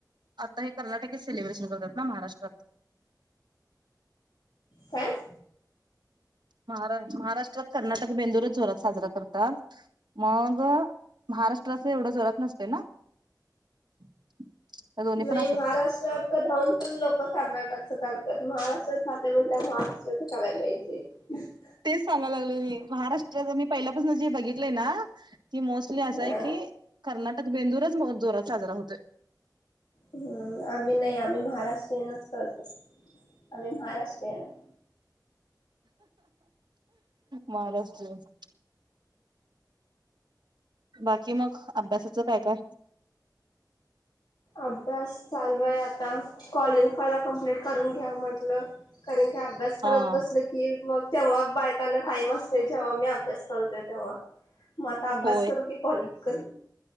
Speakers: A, on the right (about 70°); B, on the left (about 70°).
A: आता हे कर्नाटकच सेलिब्रेशन करतात ना महाराष्ट्रात.
B: काय.
A: मह महाराष्ट्रात कर्नाटक बेंदूरच जरात साजरा करतात. मग महाराष्ट्राच एवढं जोरात नसतोय ना. <inaudible>
B: नाही
A: असत
B: महाराष्ट्रात. हित राऊन पण लोक कर्नाटकच करतात महाराष्ट्रात जात म्हटल्या महाराष्ट्राचं करायला पाहिजे. ह <inaudible>
A: तेच सांगाय लागले म महाराष्ट्रा मी पहिल्यापासून जे बघितलेय ना. की मोस्टली असा
B: हा.
A: आहे की कर्नाटक बेंदूरच मो जोरात साजरा होतोय.
B: हम्म आम्ही नाही आम्ही महाराष्ट्र येनच करतो. आम्ही महाराष्ट्रीयन हाय.
A: महाराष्ट्रच. बाकी मग अभ्यासाचं काय काय.
B: अभ्यास चालू आहे आता कॉलिंग पहिला कम्प्लीट करून घ्या म्हटलं. कारण काी अभ्यास
A: हा
B: करत बसले. कि मग तेव्हा बायकांना टाईम असतो जेव्हा मी अभ्यास करतो तेव्हा. मग आता अभ्यास
A: हो
B: करू की कॉलिंग करू.